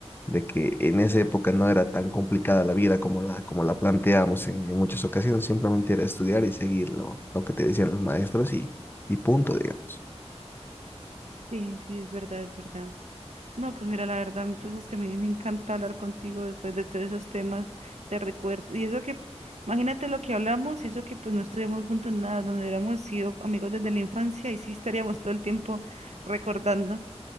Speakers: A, on the left (about 20°); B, on the right (about 80°).
A: de que en esa época no era tan complicada la vida como la, como la planteamos en, en muchas ocasiones, simplemente era estudiar y seguir lo, lo que te decían los maestros y, y punto, digamos.
B: Sí, sí, es verdad, es verdad. No, pues mira, la verdad, entonces que a mí me encanta hablar contigo después de todos esos temas de recuerdo. Y eso que, imagínate lo que hablamos y eso que pues no estuvimos juntos en nada, donde hubiéramos sido amigos desde la infancia y sí estaríamos todo el tiempo recordando